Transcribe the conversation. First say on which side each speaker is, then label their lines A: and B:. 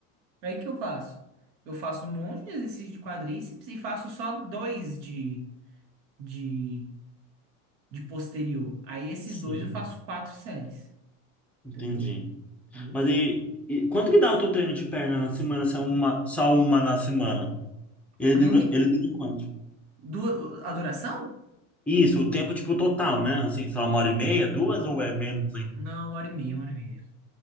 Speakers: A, on the right; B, in the centre.
A: Aí o que eu faço? Eu faço um monte de exercício de quadríceps e faço só dois de, de, de posterior. Aí esses
B: Sim.
A: dois eu faço quatro séries.
B: Entendi.
A: Entendeu? Entendeu?
B: Mas e, e quanto que dá o teu treino de perna na semana? Se é uma, só uma na semana? Ele
A: Eu
B: dura,
A: Não entendi.
B: ele dura quanto?
A: Du... A duração?
B: Isso, o tempo tipo total, né? Assim, só uma hora e meia, duas
A: Bom,
B: ou é menos ainda?
A: Não, uma hora e meia, uma hora e meia.